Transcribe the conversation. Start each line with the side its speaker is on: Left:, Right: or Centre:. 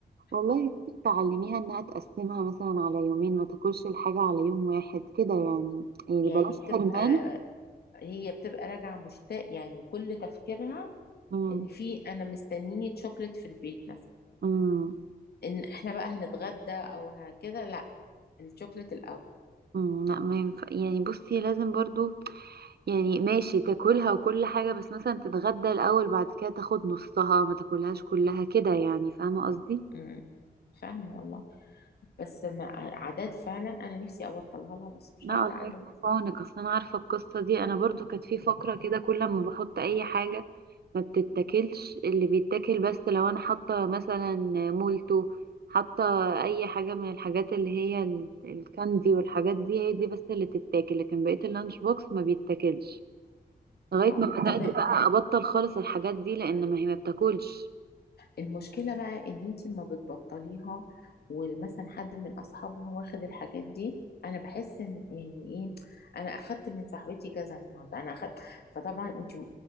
Right: والله
Left: اه
Right: ممكن تعلميها انها تقسمها مثلا على يومين ما تاكلش الحاجة على يوم واحد كده يعني يعني
Left: يعني
Right: بلاش
Left: بتبقى
Right: حرمان
Left: هي بتبقى راجعه مشتاق يعني كل تفكيرها
Right: امم
Left: ان في انا مستنيني تشوكلت في البيت مثلا
Right: امم
Left: ان احنا بقى هنتغدى او هكذا لا الشوكلت الاول
Right: أمم، لا ما ينفع يعني بصي لازم برضو يعني ماشي تاكلها وكل حاجة بس مثلا تتغدى الأول بعد كده تاخد نصها ما تاكلهاش كلها كده يعني فاهمة قصدي؟
Left: امم فاهمه والله بس ما عادات فعلا انا نفسي ابطلها لها بس مش
Right: لا
Left: عارفه
Right: الله
Left: اعمل
Right: يكون
Left: إيه.
Right: في عونك اصل انا عارفه القصه دي انا برضو كانت في فقره كده كل ما بحط اي حاجه ما بتتاكلش اللي بيتاكل بس لو انا حاطه مثلا مولتو حاطه اي حاجه من الحاجات اللي هي ال- الكاندي والحاجات دي هي دي بس اللي تتاكل لكن بقيه اللانش بوكس ما بيتاكلش لغايه
Left: اه
Right: ما بدات
Left: طب
Right: بقى ابطل خالص الحاجات دي لان ما هي ما بتاكلش
Left: المشكلة بقى ان انتي ما بتبطليها ومثلا حد من اصحابها واخد الحاجات دي انا بحس ان يعني ايه انا اخدت من صاحبتي كذا النهارده انا اخدت فطبعا انت م-